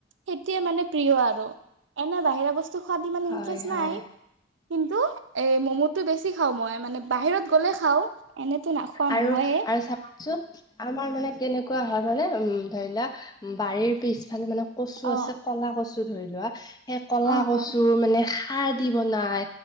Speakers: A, on the right; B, on the left.
A: সেইটোৱে মানে প্ৰিয় আৰু এনে বাহিৰা বস্তু খোৱাত ইমান
B: হয়
A: ইন্টাৰেষ্ট
B: হয়
A: নাই। কিন্তু এ ম'ম'টো বেছি খাওঁ মই, মানে বাহিৰত গ'লে খাওঁ। এনেতো নাখোৱা
B: আৰু-আৰু
A: নহয়ে
B: চাবা চ আমাৰ মানে কেনেকুৱা হয় মানে উম, ধৰি লোৱা উম, বাৰীৰ পিছফালে মানে কচু
A: অ
B: আছে ক'লা কচু ধৰি লোৱা, সেই কলা
A: অ
B: কচুৰ
A: হয়
B: মানে সাৰ দি বনাই,